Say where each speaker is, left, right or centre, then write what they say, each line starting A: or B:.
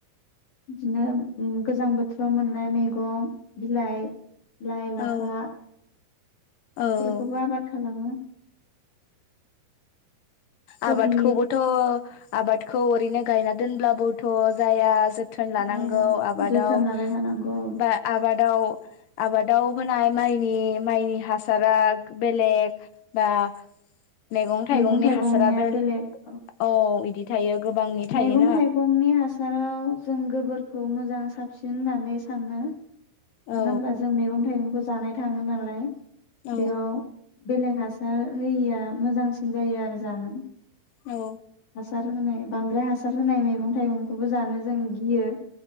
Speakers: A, on the left (about 55°); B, on the left (about 75°).
A: बिदिनो गोजां उम बोथोराव मोननाय मैगं बिलाइ लाइ लाफा
B: औ औ
A: बेफोरखौबो
B: औ
A: आबाद खालामो। कबि
B: आबादखौबोथ' आबादखौ ओरैनो गायना दोनब्लाबोथ' जाया जो थोन लानांगौ
A: जाया
B: आबादाव
A: जोथोन लाबाय थानांगौ
B: बा आबाद दाव आबादाव होनाय माइनि माइनि हासारा बेलेग बा मेगं थाइगंनि
A: मैगं थाइगंनिया
B: हासारा बेल
A: बेलेग
B: औ। बिदि थायो। गोबांनि थायोना
A: मैगं थाइगंनि हासाराव जों गोबोर खिखौ मोजां साबसिन होननानै सानो। मानो
B: औ
A: होमबा जों मैगं-थाइगंखौ जानाय थाङो नालाय।
B: औ
A: बेयाव बेलेग हासार होयिया मोजांसिन जायो आरो जानो।
B: औ।
A: हासार होनाय बांद्राय हासार होनाय मैगं-थाइगंखौबो जानो जों गियो।